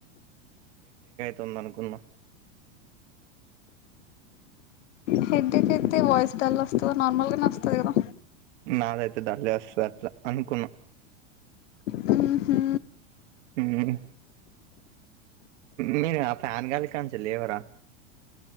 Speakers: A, on the right (about 70°); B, on the left (about 80°).
A: తుంద్ అనుకున్నా
B: హెడేక్ అయితే వోయిస్ డల్ వస్తదా నార్మల్గానే వస్తది కదా
A: నాదైతే డలే వస్తది అట్లా అనుకున్నా
B: హ్మ్ హు
A: హ్మ్ మీయ్ ఆ ఫ్యాన్ కలిగా నుంచి లేవరా